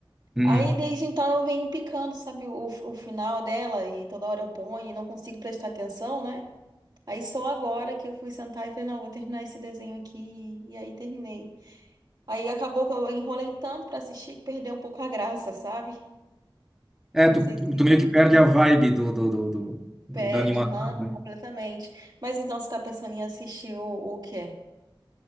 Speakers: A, in the centre; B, on the right.
A: Uhum.
B: Aí desde então eu venho picando, sabe, o, o final dela e toda hora eu ponho e não consigo prestar atenção, né? Aí só agora que eu fui sentar e falei, não, vou terminar esse desenho aqui e aí terminei. Aí acabou que eu enrolei tanto pra assistir que perdeu um pouco a graça, sabe?
A: É,
B: Não
A: tu,
B: sei se
A: tu meio que perde a vibe do, do, do, do- do-
B: perde,
A: da animação,
B: aham,
A: né?
B: completamente. Mas então você tá pensando em assistir o, o quê?